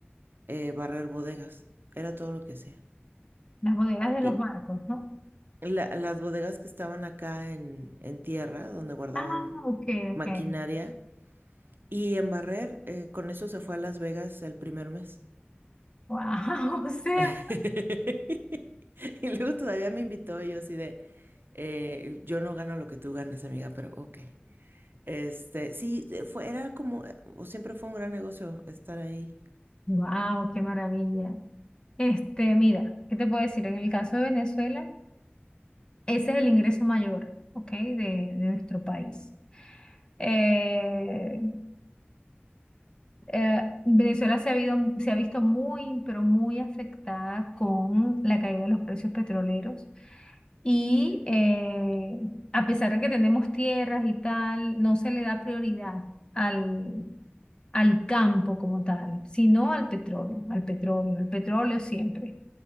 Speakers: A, on the right; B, on the left.
A: eh, barrer bodegas, era todo lo que hacía.
B: Las bodegas de
A: Y
B: los barcos, ¿no?
A: la- las bodegas que estaban acá en, en tierra, donde guardaban
B: Ah, ok,
A: maquinaria,
B: ok.
A: y en barrer, eh, con eso se fue a Las Vegas el primer mes.
B: Wow, <laughs> o sea,
A: <laughs> Y luego todavía me invitó y yo así de, eh, yo no gano lo que tú ganas, amiga, pero ok. Este, sí, eh, fue, era como, eh, o siempre fue un gran negocio estar ahí.
B: wow, qué maravilla. Este, mira, ¿qué te puedo decir? En el caso de Venezuela, ese es el ingreso mayor, ¿ok? De, de nuestro país. Eh, Eh, Venezuela se ha habido- se ha visto muy, pero muy afectada con la caída de los precios petroleros. Y eh, a pesar de que tenemos tierras y tal, no se le da prioridad al, al campo como tal, sino al petróleo, al petróleo, al petróleo siempre.